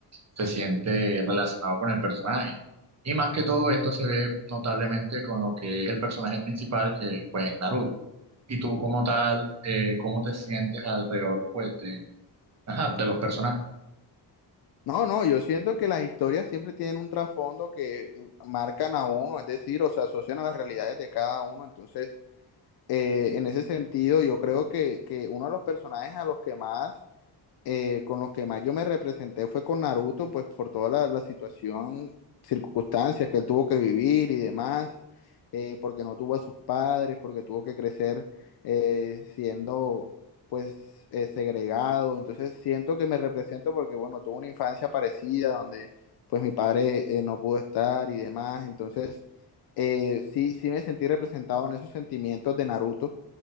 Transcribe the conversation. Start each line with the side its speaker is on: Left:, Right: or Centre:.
Right: se siente relacionado con el personaje. Y más que todo esto se ve notablemente con lo que es el personaje principal, que pues es Naruto. Y tú como tal, eh, ¿cómo te sientes alrededor pues de, ajá, de los personajes?
Left: No, no, yo siento que las historias siempre tienen un trasfondo que eh, marcan a uno, es decir, o se asocian a las realidades de cada uno. Entonces, eh, en ese sentido, yo creo que, que uno de los personajes a los que más eh, con los que más yo me representé fue con Naruto, pues por toda la, la situación, circunstancias que él tuvo que vivir y demás, eh, porque no tuvo a sus padres, porque tuvo que crecer eh, siendo pues eh, segregado. Entonces siento que me represento porque, bueno, tuve una infancia parecida donde pues mi padre eh, no pudo estar y demás. Entonces... Eh, sí, sí me sentí representado en esos sentimientos de Naruto,